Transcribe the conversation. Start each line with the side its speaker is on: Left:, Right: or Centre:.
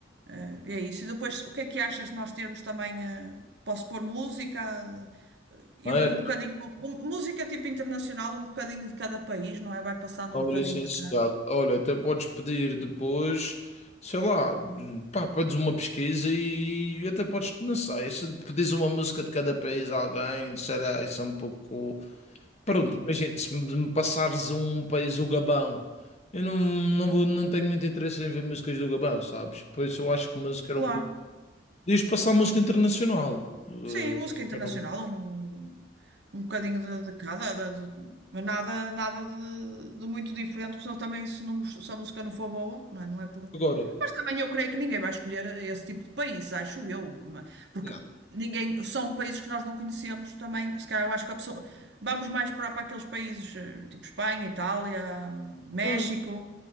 Right: Eh, é isso. E depois, o que é que achas de nós termos também? eh, posso pôr música, eh, e
Left: não
Right: um
Left: é?
Right: bocadinho, um- música tipo internacional, um bocadinho de cada país, não é? Vai passando
Left: Ó,
Right: um bocadinho
Left: licenciado,
Right: de cada.
Left: olha, até podes pedir depois, sei lá, pá, pedes uma pesquisa e até podes, não sei, se pedires uma música de cada país a alguém, sei lá, isso é um pouco. Pronto,
Right: Sim,
Left: imagina, se me me passares um país, o Gabão, eu não, não vou, não tenho muito interesse em ver músicas do Gabão, sabes? Por isso eu acho que música
Right: claro.
Left: era um pouco. Diz passar música internacional. eh,
Right: Sim, música internacional,
Left: era um-
Right: um, um bocadinho de, de cada, de- de- mas nada, nada de, de muito diferente, porque senão também se, não, gost- se a música não for boa, não é, não é por.
Left: Agora,
Right: Mas também eu creio que ninguém vai escolher esse tipo de país, acho eu, ma- porque
Left: não,
Right: ninguém, são países que nós não conhecemos também, se calhar eu acho que a pessoa, vamos mais para, para aqueles países, eh, tipo Espanha, Itália, México,
Left: não,